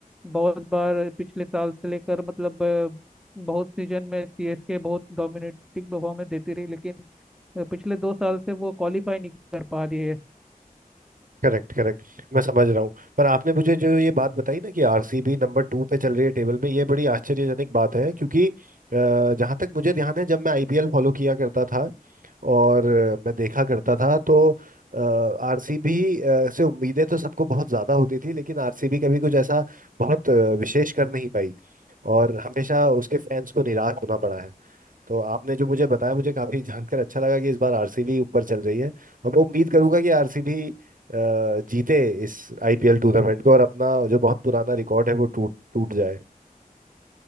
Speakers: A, in the centre; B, on the right.
A: बहुत बार पिछले साल से लेकर मतलब अ, बहुत सीजन में सीएसके बहुत डोमिनेटिंग परफॉर्मेंस देती रही लेकिन अ, पिछले दो साल से वो क्वालिफाई नहीं कर पा रही है
B: Correct correct मैं समझ रहा हूँ पर आपने मुझे जो ये बात बताई ना कि आरसीबी नंबर टू पे चल रही है टेबल में ये बड़ी आश्चर्यजनक बात है क्योंकि अ, जहाँ तक मुझे ध्यान है जब मैं आईपीएल फॉलो किया करता था और अ, मैं देखा करता था तो आरसीबी से उम्मीदें तो सबको बहुत ज़्यादा होती थी लेकिन आरसीबी कभी कुछ ऐसा बहुत अ, विशेष कर नहीं पाई और हमेशा उसके फैंस को निराश होना पड़ा है तो आपने जो मुझे बताया मुझे काफी जानकर अच्छा लगा कि इस बार आरसीबी ऊपर चल रही है और मैं उम्मीद करूंगा कि आरसीबी जीते इस आईपीएल टूर्नामेंट को और अपना जो बहुत पुराना रिकॉर्ड है वो टूट टूट जाए